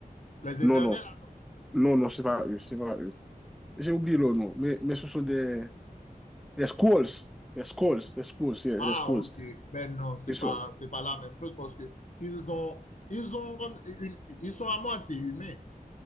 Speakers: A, on the left (about 55°); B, in the centre.
A: les
B: non,
A: éternels,
B: non, non, non, c'est pas eux, c'est pas eux. J'ai oublié leur nom, mais, mais ce sont des, des Skrulls, des Skrulls, des Skrulls, yeah,
A: ah
B: des Skrulls.
A: ok, mais non, c'est
B: Ils
A: pas,
B: sont,
A: c'est pas la même chose parce que ils ont, ils ont comme une- ils sont à moitié humains.